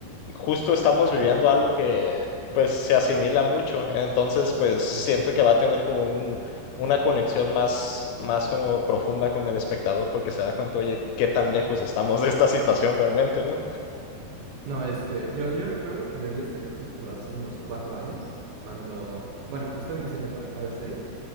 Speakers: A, on the left; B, on the right.
A: justo estamos viviendo algo que pues se asimila mucho, entonces pues siento
B: Sí.
A: que va a tener como un, una conexión más, más como profunda con el espectador porque se da cuenta, oye, qué tan lejos estamos de esta situación realmente, ¿no?
B: No, es que yo, yo recuerdo que me vi este capítulo hace unos cuatro años, cuando, bueno, estaba iniciando con a ver series,